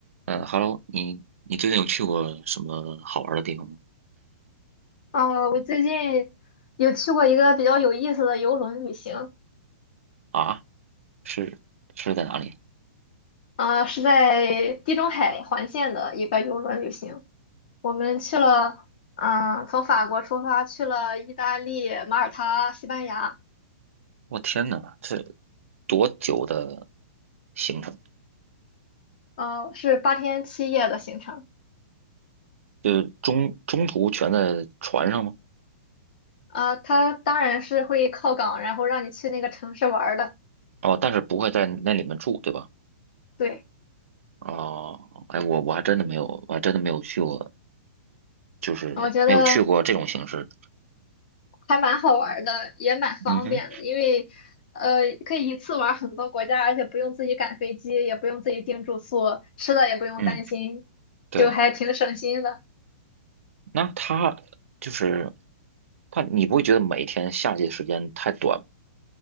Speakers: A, on the right (about 80°); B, on the left (about 45°).
A: 嗯，Hello，你你最近有去过什么好玩的地方吗？
B: 呃，我最近有去过一个比较有意思的游轮旅行，
A: 啊，是是在哪里？
B: 啊，是在地中海环线的一个游轮旅行。我们去了，嗯、从法国出发去了意大利、马耳他、西班牙，
A: 我天呐，这多久的行程？
B: 呃，是八天七夜的行程。
A: 就是中中途全在船上吗？
B: 啊，它当然是会靠港，然后让你去那个城市玩儿的。
A: 哦，但是不会在那里面住，对吧？
B: 对，
A: 哦，哎，我我还真的没有，我还真的没有去过，就是没有去过这种形式的
B: 我觉得还蛮好玩儿的，也蛮方便的，
A: 嗯哼，
B: 因为呃可以一次玩儿很多国家，而且不用自己赶飞机，也不用自己订住宿，吃的也不用担心，
A: 嗯，对，
B: 就还挺省心的。
A: 那他就是他，你不会觉得每天夏季时间太短吗